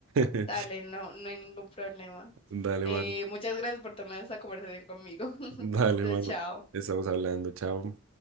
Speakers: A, on the right (about 70°); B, on the left (about 25°).
A: <laughs>
B: Dale, no, no hay ningún problema.
A: Dale,
B: Eh,
A: mano.
B: muchas gracias por tomar esta conversación conmigo. <laughs>
A: Dale,
B: Entonces,
A: mano.
B: chao.
A: Estamos hablando, chao.